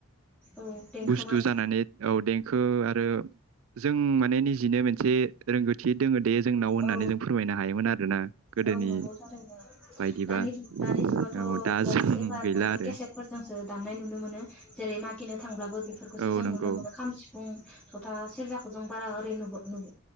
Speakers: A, in the centre; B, on the right (about 65°).
A: औ देंखोमोन
B: बुस्थु जानानै औ देंखो आरो जों माने निजिनो मोनसे रोंगौथि दङ दे जोंनाव होननानै
A: औ
B: जों फोरमायनो हायोमोन आरोना गोदोनि
A: औ नंगौ थारैनो
B: बायदिबा
A: दानि दानि जुगावथ'
B: औ दा
A: बक्स
B: जों
A: एबा
B: गैला
A: जोङो
B: आरो
A: केसेद फोरजोंसो दामनाय नुनो मोनो जेरै मा गिनो थांब्लाबो बेफोरखौसो
B: औ
A: जों
B: नंगौ
A: नुनो मोनो खाम सिफुं स'था सेरजाखौ जों बारा नुबो नुब